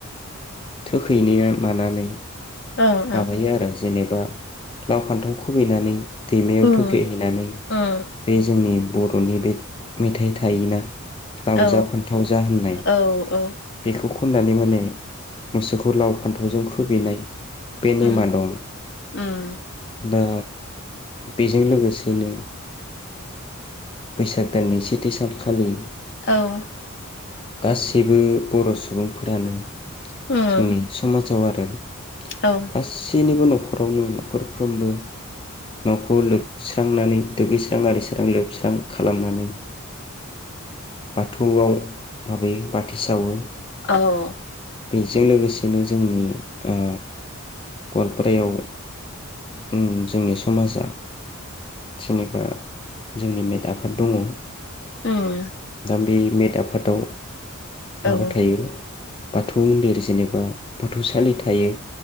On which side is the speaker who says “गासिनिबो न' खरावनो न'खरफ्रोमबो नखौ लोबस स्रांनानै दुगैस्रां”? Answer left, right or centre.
Left